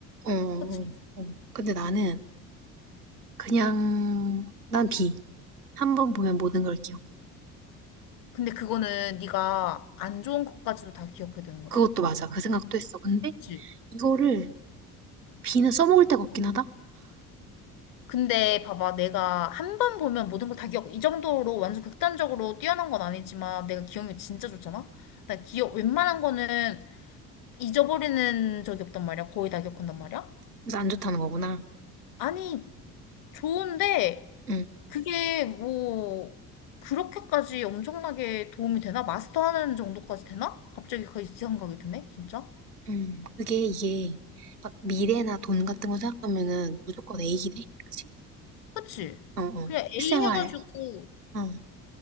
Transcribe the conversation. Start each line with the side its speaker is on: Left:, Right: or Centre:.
Right: 어, 어,
Left: 그치?
Right: 어. 근데 나는 그냥 난 비. 한 번 보면 모든 걸 기억.
Left: 근데 그거는 네가 안 좋은 것까지도 다 기억해야 되는 거다?
Right: 그것도 맞아. 그 생각도 했어. 근데
Left: 그치?
Right: 이거를 비는 써먹을 데가 없긴 하다.
Left: 근데 봐봐, 내가 한 번 보면 모든 걸 다 기억, 이 정도로 완전 극단적으로 뛰어난 건 아니지만 내가 기억력이 진짜 좋잖아? 나 기억, 웬만한 거는 잊어버리는 적이 없단 말이야. 거의 다 기억한단 말이야.
Right: 그래서 안 좋다는 거구나.
Left: 아니, 좋은데
Right: 응.
Left: 그게 뭐 그렇게까지 엄청나게 도움이 되나? 마스터하는 정도까지 되나? 갑자기 그 생각이 드네, 진짜.
Right: 음. 그게 이게 막 미래나 돈 같은 거 생각하면은 무조건 A긴 해. 그치?
Left: 그치?
Right: 어, 어.
Left: 그냥 A
Right: 실생활,
Left: 해가지고
Right: 어.